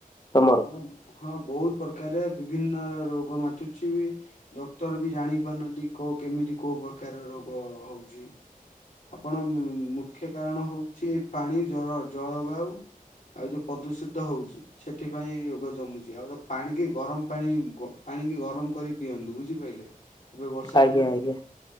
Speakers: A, on the left (about 30°); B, on the left (about 65°).
A: ତମ
B: ଅଁ ହଁ ବହୁତ ପ୍ରକାରେ ବିଭିନ୍ନ ରୋଗ ମାତୁ ଛି ବି ଡକ୍ଟର ବି ଜାଣି ପାରୁନାହାନ୍ତି କ କେମିତି କୋଉ ପ୍ରକାରର ରୋଗ ହଉଛି। ଆପଣ ଉଁ ମୁଖ୍ୟ କାରଣ ହଉଛି ପାଣି ଜଳ ଜଳବାୟୁ। ଆଉ ଯୋଉ ପ୍ରଦୂଷିତ ହଉଛି ସେଥିପାଇଁ ରୋଗ ଜମୁଛି ଆଉ ଡ ପାଣିିକି ଗରମ। ପାଣି ଗ ପାଣିକି ଗରମ କରି ପିଅନ୍ତୁ ବୁଝିପାଇଲେ ଏବେ ବର୍ଷା
A: ଆଜ୍ଞା
B: ଦିନ।
A: ଆଜ୍ଞା